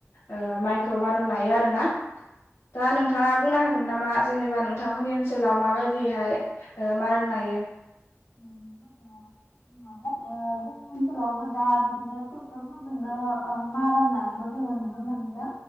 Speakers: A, on the left; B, on the left.
A: ओ माइखौ मारान नायो आरो ना दा नोंथाङा बुंनो हा गोन नामा जेनेबा नोंथांमोननि ओनसोलाव माबायदिहाय ओ मारान नायो
B: औ नोंथां ओ माबा ओ जोंनि ओनसोलावबो दा बिदिनो ट्रेक्टरफोरजोंनो ओ मारान नानायखौ जोङो नुनो मोनबोदों